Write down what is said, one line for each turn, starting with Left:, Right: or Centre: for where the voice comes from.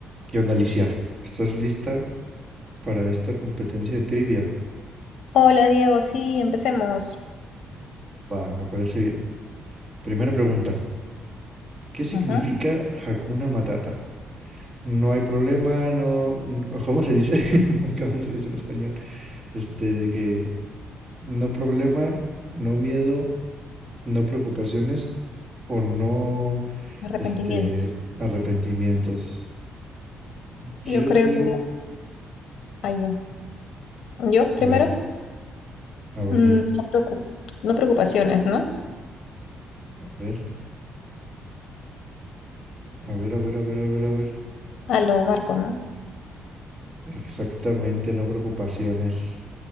Right: ¿Qué onda, Alicia? ¿Estás lista para esta competencia de trivia?
Left: Hola Diego, sí, empecemos.
Right: Va, me parece bien. Primera pregunta. ¿Qué significa
Left: Ajá,
Right: Hakuna Matata? No hay problema, no... n- o ¿Cómo se dice? <laughs> ¿Cómo se dice en español? Este, de que no problema, no miedo, no preocupaciones o no,
Left: arrepentimiento.
Right: este, arrepentimientos. Yo
Left: Yo creo
Right: digo,
Left: que ahí yo. Yo primero,
Right: a ver, a ver,
Left: mm,
Right: di,
Left: no preocu- no preocupaciones, ¿no?
Right: a ver, a ver, a ver, a ver, a ver, a ver.
Left: A lo Marco, ¿no?
Right: Exactamente, no preocupaciones.